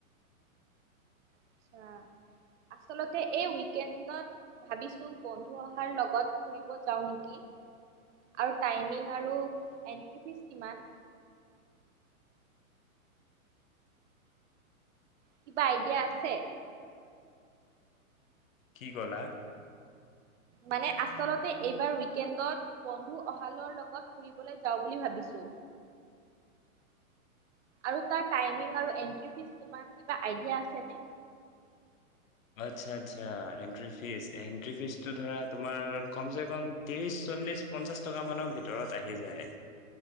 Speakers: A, on the right; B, on the left.
A: আঁচ্ছা আচলতে এই উইকেণ্ডত ভাবিছোঁ বন্ধু অহাৰ লগত ফুৰিব যাওঁ নেকি আৰু টাইমিং আৰু এন্ট্ৰি ফিজ কিমান। কিবা আইডিয়া আছে।
B: কি কলা?
A: মানে আছলতে এইবাৰ ৱিইকেণ্ডত বন্ধু অহলৰ লগত ফুৰিবলৈ যাওঁ বুলি ভাবিছোঁ। আৰু তাৰ টাইমিং আৰু এন্ট্ৰী ফিছ কিমান কিবা আইডিয়া আছে নে?
B: আচ্ছা- আচ্ছা এণ্ট্ৰি ফিজ - এন্ট্ৰি ফিজতটো ধৰা তোমাৰ কমচে কম ত্ৰিশ চল্লিশ পঞ্চাশ টকা মানৰ ভিতৰত আহি যায়।